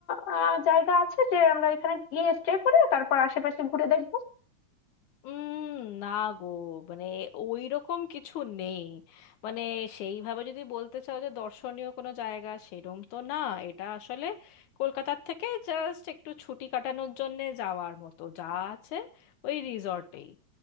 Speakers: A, on the left (about 55°); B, on the left (about 80°).
A: আহ, জায়গা আছে যে আমরা এখানে গিয়ে স্টে করে তারপর আশেপাশে ঘুরে দেখবো
B: উম না গো মানে ওই রকম কিছু নেই মানে সেইভাবে যদি বলতে চাও যে দর্শনীয় কোনো জায়গা সেরম তো না এটা আসলে কলকাতার থেকে জাস্ট একটু ছুটি কাটানোর জন্যে যাওয়ার মতো যা আছে ওই রিসর্টেই